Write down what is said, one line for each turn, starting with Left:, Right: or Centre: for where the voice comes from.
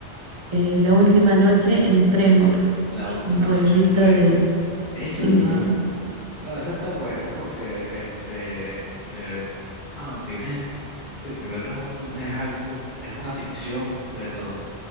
Right: Eh, la última noche en Tremor,
Left: La Última
Right: un pueblito
Left: Noche en Tremor.
Right: de...
Left: Esa
Right: sí,
Left: está,
Right: sí,
Left: bueno, esa está buena porque este, eh, ah, no, tiene, sí, primero es un, es algo, es una ficción, pero